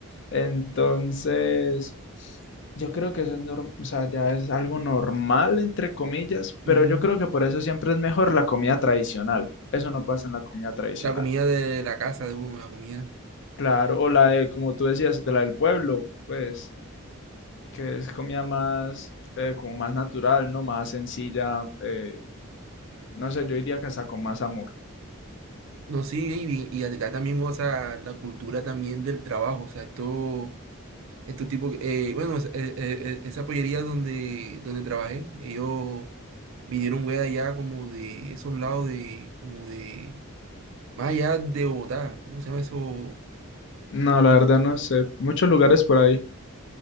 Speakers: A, on the left; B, on the right.
A: Entonces, yo creo que eso es, nor- o sea, ya es algo normal, entre comillas, pero
B: mm,
A: yo creo que por eso siempre es mejor la comida tradicional. Eso no pasa en la comida tradicional.
B: la comida de la casa de uno, la comida.
A: Claro, o la de, como tú decías, de la del pueblo, pues, que es comida más, eh, como más natural, ¿no? Más sencilla, eh, no sé, yo diría que hasta con más amor.
B: No, sí, y, y acá también, o sea, la cultura también del trabajo, o sea, esto, estos tipos, que- eh, bueno, es- eh, eh, eh, esa pollería donde, donde trabajé, ellos vinieron, güey, allá como de esos lados de, como de, más allá de Bogotá, ¿cómo se llama eso?
A: No, la verdad no sé. Muchos lugares por ahí.